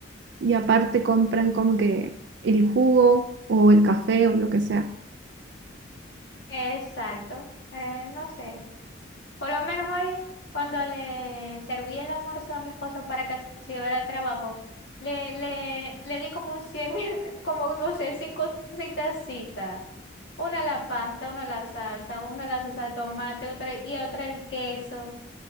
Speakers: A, on the right (about 60°); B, on the left (about 65°).
A: y aparte compran como que el jugo o el café o lo que sea.
B: exacto, Eh, no sé. Por lo menos hoy, cuando le serví el almuerzo a mi esposo para que se llevara al trabajo, le, le, le di como 100 <laughs> como no sé, cinco citas citas. Una a la pasta, una a la salsa, una a la salsa de tomate, otra y otra el queso.